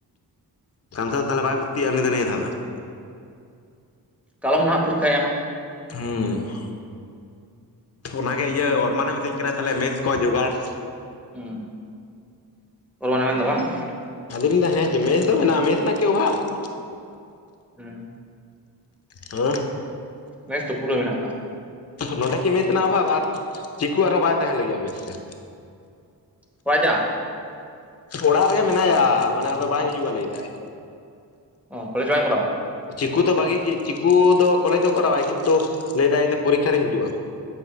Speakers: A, on the left (about 35°); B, in the centre.
A: ᱦᱩᱸ <unintelligible> ᱛᱟᱦᱚᱞᱮ ᱵᱟᱭ ᱵᱷᱩᱨᱛᱤᱜᱼᱟ, ᱩᱱᱤ ᱫᱚ ᱱᱤᱭᱟᱹ ᱫᱷᱟᱣ ᱫᱚ ᱾
B: ᱠᱟᱞᱚᱢ ᱱᱟᱦᱟᱜ ᱯᱷᱚᱨᱤᱠᱟᱭ ᱮᱢᱟ᱾
A: ᱦᱩᱸᱻ ᱾ ᱚᱱᱟᱜᱮ ᱤᱭᱟᱹ ᱚᱨᱢᱟᱱᱮ ᱢᱤᱛᱟᱹᱧ ᱠᱟᱱᱟ ᱛᱟᱦᱚᱞᱮ ᱢᱮᱥ ᱠᱚ ᱡᱚᱜᱟᱲ ᱾
B: ᱦᱩᱸ ᱚᱨᱢᱟᱱᱮ ᱢᱮ ᱫᱚ ᱵᱟᱝ ᱾
A: ᱟᱫᱚᱧ ᱞᱟᱹᱭ ᱫᱟ ᱦᱮᱸ ᱪᱮ ᱢᱮᱥ ᱫᱚ ᱢᱮᱱᱟᱜᱼᱟ ᱢᱮᱥ ᱨᱮᱱᱟᱜ ᱠᱤ ᱚᱵᱦᱟᱵ ᱾
B: ᱦᱮᱸ ᱾
A: ᱦᱳ ᱾
B: ᱢᱮᱥ ᱛᱚ ᱯᱩᱨᱟᱹ ᱢᱮᱱᱟᱜ ᱠᱟᱜ-ᱟ ᱾
A: ᱱᱚᱸᱰᱮ ᱠᱤ ᱢᱮᱥ ᱨᱮᱱᱟ ᱚᱵᱷᱟᱵ ᱟᱨ ᱪᱤᱠᱩ ᱟᱨᱦᱚᱸ ᱵᱟᱭ ᱛᱟᱦᱮᱱ ᱞᱟᱹᱜᱤᱫᱼᱟ ᱢᱮᱥ ᱨᱮ᱾
B: ᱚᱠᱟᱭ ᱪᱟᱜᱼᱟ ᱾
A: ᱚᱲᱟᱜ ᱨᱮᱜᱮ ᱢᱮᱱᱟᱭᱟ ᱢᱟᱱᱮ ᱟᱫᱚ ᱵᱟᱭ ᱦᱤᱡᱩᱜᱼᱟ ᱞᱟᱹᱭ ᱫᱟᱭ᱾
B: ᱚ ᱠᱚᱞᱮᱡ ᱵᱟᱭ ᱠᱚᱨᱟᱣᱟ ᱾
A: ᱪᱤᱠᱩ ᱫᱚ ᱵᱷᱟᱹᱜᱤ ᱜᱤ ᱪᱤᱠᱩ ᱫᱚ ᱠᱚᱞᱮᱡᱽ ᱫᱚ ᱠᱚᱨᱟᱣᱟᱭ ᱠᱤᱱᱛᱩ ᱞᱟᱹᱭ ᱫᱟᱭ ᱤᱧ ᱫᱚ ᱯᱚᱨᱤᱠᱠᱷᱟ ᱨᱤᱧ ᱦᱤᱡᱩᱜᱼᱟ᱾